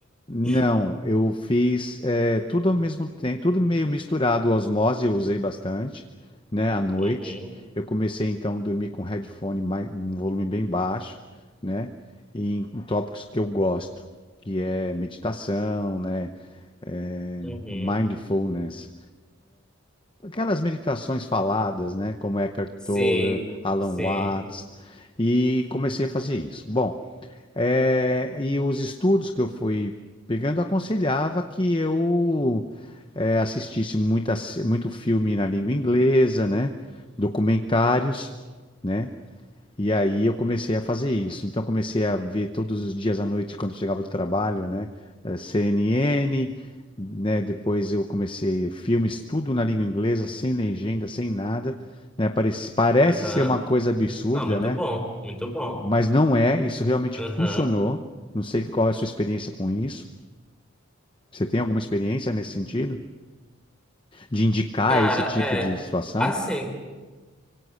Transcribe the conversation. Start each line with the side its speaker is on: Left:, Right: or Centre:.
Left: Não,
Centre: <laughs>
Left: eu fiz eh, tudo ao mesmo tempo, tudo meio misturado. Osmose eu usei bastante, né, à noite.
Centre: Uhum,
Left: Eu comecei então a dormir com headphone mais, um volume bem baixo, né, e em, em tópicos que eu gosto, que é meditação, né, eh,
Centre: uhum.
Left: mindfulness, aquelas meditações faladas, né, como Eckhart
Centre: Sim,
Left: Tolle, Alan
Centre: sim.
Left: Watts, e comecei a fazer isso. Bom. É, e os estudos que eu fui pegando aconselhava que eu é, assistisse muita, se- muito filme na língua inglesa, né? Documentários, né? E aí eu comecei a fazer isso. Então comecei a ver todos os dias à noite quando chegava do trabalho, né? eh, CNN, né? Depois eu comecei filmes tudo na língua inglesa, sem legenda, sem nada, né? Parece, parece
Centre: Aham.
Left: ser uma coisa absurda,
Centre: Não, muito
Left: né?
Centre: bom, muito bom.
Left: Mas não é, isso realmente
Centre: Aham.
Left: funcionou. Não sei qual é a sua experiência com isso. Você tem alguma experiência nesse sentido? De indicar
Centre: Cara,
Left: esse tipo
Centre: é.
Left: de situação?
Centre: Assim,